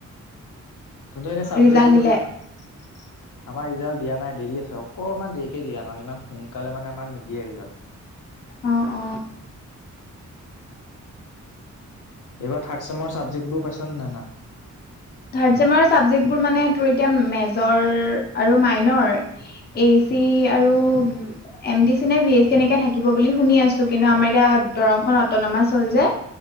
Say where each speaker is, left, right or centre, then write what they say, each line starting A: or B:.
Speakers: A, on the left; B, on the left.
A: তহঁতৰ এনে চাবজেক্টবোৰ
B: ৰিজাল্ট দিলে।
A: কি কি <inaudible> আমাৰ ৰিজাল্ট দিয়া নাই দেৰি আছে, অকণমান দেৰিকে দিয়ে আমাক। ইমান সোনকালে মানে আমাক নিদিয়ে ৰিজাল্ট।
B: অ অ।
A: এইবাৰ থাৰ্ড চেম চাবজেক্টবোৰ পাইছ ন নাই নাম?
B: থাৰ্ড চেমৰ চাবজেক্টবোৰ মানে তোৰ এতিয়া মেজৰ আৰু মাইনৰ, এই চি আৰু এম ডি চি নে ভি এ চি এনেকে থাকিব বুলি শুনি আছো, কিন্তু আমাৰ এতিয়া দৰং অটনমাছ হ'ল যে,